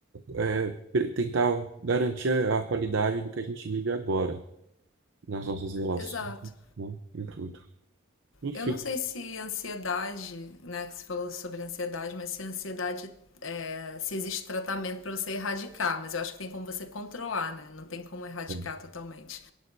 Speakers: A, on the right; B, on the left.
A: é, pre- tentar garantir a qualidade do que a gente vive agora, nas nossas relações,
B: exato.
A: né, em tudo. Enfim,
B: Eu não sei se ansiedade, né, que você falou sobre ansiedade, mas se ansiedade é, se existe tratamento para você erradicar, mas eu acho que tem como você controlar, né? Não tem como erradicar
A: bem,
B: totalmente.